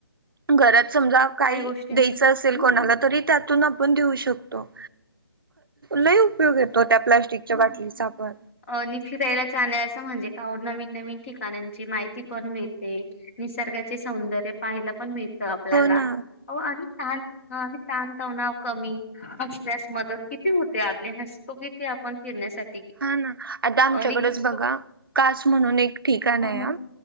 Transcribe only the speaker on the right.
घरात समजा काही
द्यायच
असेल कोणाला तरी त्यातून आ पण देऊ शकतो लय उपयोग येतो त्या प्लास्टिकच्या
बाटलीचा पण
हो ना
हा ना आता आमच्याकडेच
बघा कास म्हणून एक ठिकाण
आहे
ह